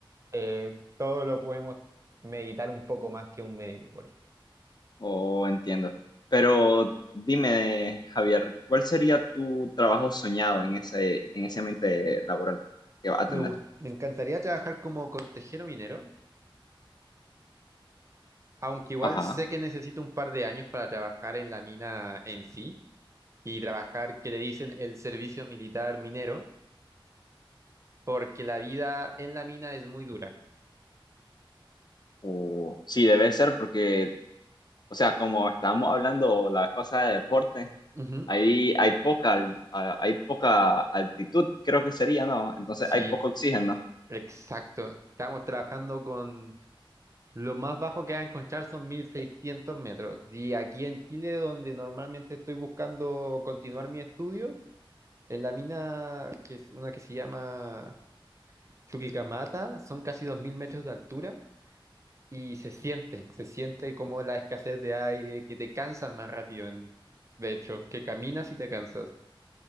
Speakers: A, on the right (about 35°); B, on the left (about 50°).
A: eh, todo lo podemos meditar un poco más que un médico, por ejemplo.
B: Oh, entiendo. Pero dime, Javier, ¿cuál sería tu trabajo soñado en ese, en ese ambiente laboral que vas a
A: Me
B: tener?
A: gust- me encantaría trabajar como consejero minero, aunque igual
B: Ajá.
A: sé que necesito un par de años para trabajar en la mina en sí y trabajar, que le dicen, el servicio militar minero porque la vida en la mina es muy dura.
B: O sí, debe ser porque, o sea, como estábamos hablando la vez pasada de deporte,
A: Ujú,
B: ahí hay poca, al- a- hay poca altitud, creo que sería, ¿no? Entonces
A: Sí,
B: hay poco oxígeno.
A: exacto. Estamos trabajando con lo más bajo que va a encontrar son 1600 metros. Y aquí en Chile, donde normalmente estoy buscando continuar mi estudio, en la mina, que es una que se llama Chuquicamata, son casi 2000 metros de altura y se siente, se siente como la escasez de aire, que te cansas más rápido, en- de hecho, que caminas y te cansas.